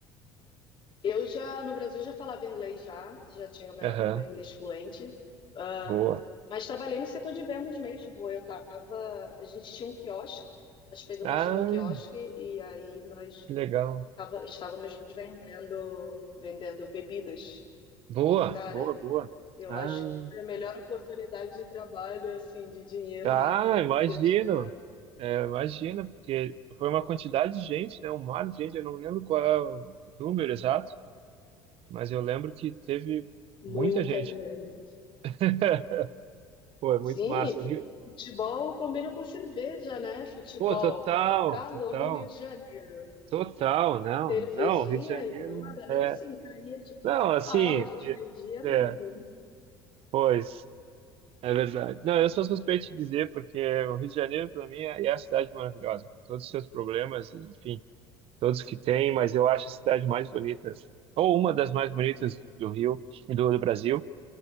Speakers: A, on the left (about 45°); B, on the right (about 55°).
A: Eu já, no Brasil, já falava inglês já, já tinha meu,
B: Aham.
A: meu inglês fluente, ah,
B: Boa.
A: mas trabalhei no setor de vendas mesmo. Eu tava, a gente tinha um quiosque, nós pegamos
B: Ah,
A: um quiosque e aí nós
B: que legal.
A: tava, estávamos vendendo, vendendo bebidas.
B: Boa,
A: E, cara,
B: boa, boa.
A: eu
B: Ah,
A: acho que foi a melhor oportunidade de trabalho, assim, de dinheiro
B: ah,
A: rápido
B: imagino.
A: que eu tive
B: É, imagino, porque foi uma quantidade de gente, né? Um mar de gente, eu não lembro qual é o número exato, mas eu lembro que teve
A: Muita
B: muita gente.
A: gente.
B: <laughs> Pô, é muito
A: Sim,
B: massa. O Rio...
A: futebol combina com cerveja, né? Futebol,
B: Pô, total,
A: calor
B: total,
A: do Rio de Janeiro.
B: total, não,
A: Cervejinha,
B: não, Rio de Janeiro,
A: então a galera
B: é,
A: assim caía de
B: não, assim,
A: pau, a gente
B: é,
A: vendia muito.
B: é, pois, é verdade. Não, eu sou suspeito de dizer, porque o Rio de Janeiro, para mim, é é a cidade maravilhosa, com todos os seus problemas, e, enfim, todos que tem, mas eu acho a cidade mais bonita, ou uma das mais bonitas do Rio e do, do Brasil.